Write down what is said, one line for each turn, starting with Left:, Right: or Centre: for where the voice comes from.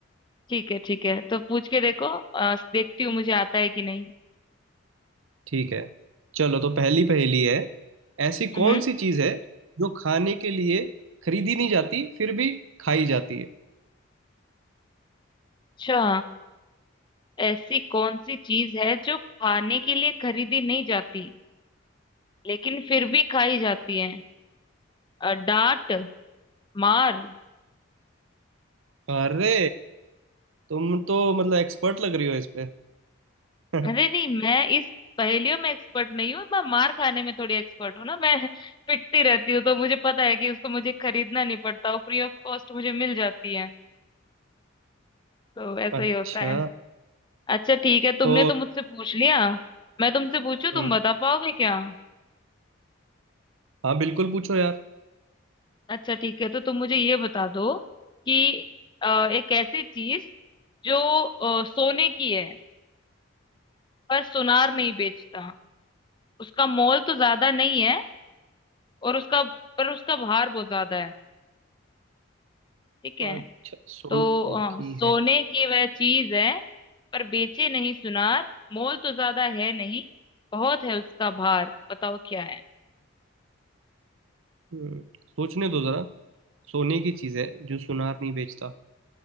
Left: ठीक है ठीक है तो पूछ के देखो अ, देखती हूँ मुझे आता है कि नहीं
Right: ठीक है चलो तो पहली पहेली है ऐसी
Left: हम्म
Right: कौन सी चीज है जो खाने के लिए खरीदी नहीं जाती फिर भी खाई जाती है
Left: अच्छा ऐसी कौन सी चीज है जो खाने के लिए खरीदी नहीं जाती लेकिन फिर भी खाई जाती है अ, डांट मार
Right: अरे तुम तो मतलब एक्सपर्ट लग रही हो इस पे <laughs>
Left: अरे नहीं मैं इस पहेलियों में एक्सपर्ट नहीं हूँ मैं मार खाने में थोड़ी एक्सपर्ट हूँ ना मैं <laughs> पिटती रहती हूँ तो मुझे पता है कि उसको मुझे खरीदना नहीं पड़ता वो फ्री ऑफ कॉस्ट मुझे मिल जाती है तो ऐसा
Right: अच्छा
Left: ही होता है अच्छा ठीक है तुमने
Right: तो
Left: तो मुझसे पूछ लिया मैं तुमसे पूछू तुम
Right: हम्म,
Left: बता पाओगे क्या
Right: हाँ बिल्कुल पूछो यार
Left: अच्छा ठीक है तो तुम मुझे ये बता दो कि अ, एक ऐसी चीज जो अ, सोने की है पर सुनार नहीं बेचता उसका मोल तो ज्यादा नहीं है और उसका पर उसका भार बहुत ज्यादा है ठीक है
Right: अच्छा सोने
Left: तो अ,
Right: की
Left: सोने
Right: है
Left: की वह चीज है पर बेचे नहीं सुनार मोल तो ज्यादा है नहीं बहुत है उसका भार बताओ क्या है
Right: हम्म, सोचने दो जरा सोने की चीज है जो सुनार नहीं बेचता